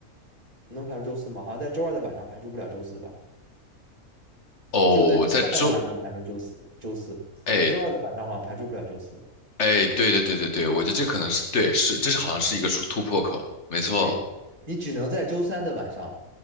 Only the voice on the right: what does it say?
能排除周四吗？好像在周二的晚上排除不了周四吧？
只有在周三的晚上能排除周四，
周四，
在周二的晚上好像排除不了周四。
对，你只能在周三的晚上，